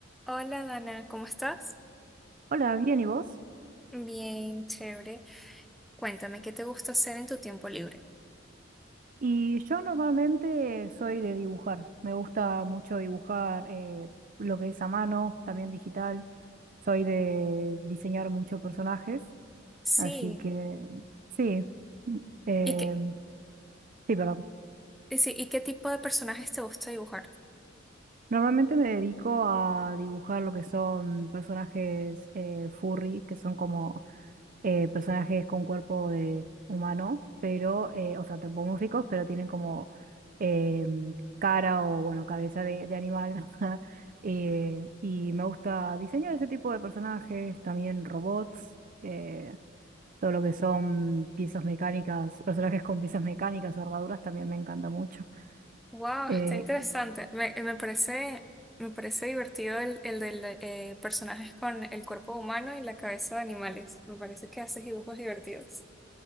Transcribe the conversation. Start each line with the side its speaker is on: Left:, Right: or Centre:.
Centre: Hola Dana, ¿cómo estás?
Right: Hola, bien, ¿y vos?
Centre: Bien, chévere. Cuéntame, ¿qué te gusta hacer en tu tiempo libre?
Right: Y yo normalmente soy de dibujar. Me gusta mucho dibujar eh, lo que es a mano, también digital. Soy de diseñar muchos personajes,
Centre: Sí,
Right: así que sí, mm, eh,
Centre: ¿y qué,
Right: sí, perdón.
Centre: y sí, ¿y qué tipo de personajes te gusta dibujar?
Right: Normalmente me dedico a dibujar lo que son personajes eh, furry, que son como eh, personajes con cuerpo de humano, pero, eh, o sea, antropomórficos, pero tienen como em, cara o, bueno, cabeza de, de animal. <laughs> Eh, y me gusta diseñar ese tipo de personajes, también robots, eh, todo lo que son piezas mecánicas, personajes con piezas mecánicas o armaduras también me encanta mucho.
Centre: Wow,
Right: Eh,
Centre: está interesante. Me, me parece, me parece divertido el, el de personajes con el cuerpo humano y la cabeza de animales. Me parece que haces dibujos divertidos.